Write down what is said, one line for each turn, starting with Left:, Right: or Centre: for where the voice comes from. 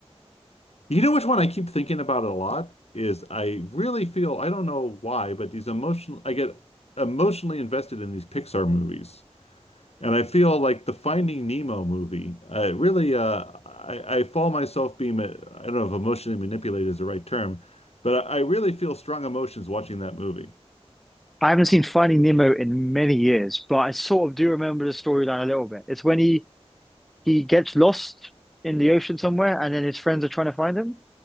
Left: You know which one I keep thinking about a lot is I really feel I don't know why, but these emotional I get emotionally invested in these Pixar movies. And I feel like the Finding Nemo movie, I really uh I, I fall myself being I don't know if emotionally manipulated is the right term, but I, I really feel strong emotions watching that movie.
Centre: I haven't seen Finding Nemo in many years, but I sort of do remember the storyline a little bit. It's when he he gets lost in the ocean somewhere, and then his friends are trying to find him.